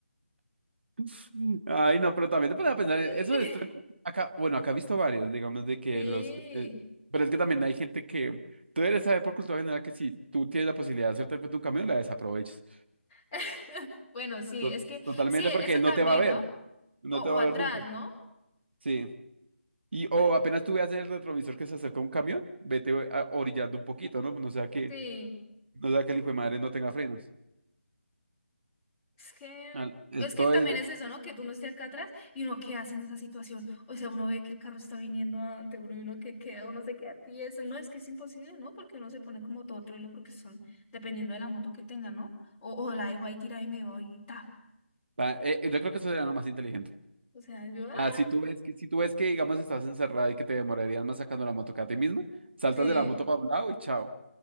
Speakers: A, on the right; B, on the left.
A: <laughs> Ay, no, pero también te pones a pensar,
B: <laughs>
A: eh, eso de extremos, acá, bueno, acá he visto varios, digamos, de que
B: Sí.
A: los, eh, pero es que también hay gente que, tú debes saber por cultura general que si tú tienes la posibilidad de hacerte frente a un camión, la desaproveches.
B: <laughs> Bueno, sí,
A: To-
B: es que
A: Totalmente
B: sí, eso
A: porque no
B: también,
A: te va a ver,
B: ¿no?
A: no
B: O, o
A: te va
B: atrás,
A: a ver nunca.
B: ¿no?
A: Sí. Y
B: Pe-
A: o apenas tú veas en el retrovisor que se acerca un camión, vete eh, a- orillando un poquito, ¿no? Pues No sea que,
B: Sí.
A: no sea que el hijo de madre no tenga frenos.
B: Es que,
A: Al- eh,
B: es
A: Todo
B: que también
A: es,
B: es eso, ¿no? Que tú no estés acá atrás y uno qué hace en esa situación. O sea, uno ve que el carro está viniendo ante uno y uno que queda, uno se queda a ti. eso No, es que es imposible, ¿no? Porque uno se pone como todo trailer porque son, dependiendo de la moto que tenga, ¿no? O, o la dejo ahí tirada y me voy y ta.
A: pa- eh, yo creo que eso sería lo más inteligente.
B: O sea, yo, ah,
A: Ah, si tú ves que, si tú ves que, digamos, estás encerrada y que te demorarías más sacando la moto que a ti misma, saltas
B: sí.
A: de la moto para un lado y chao.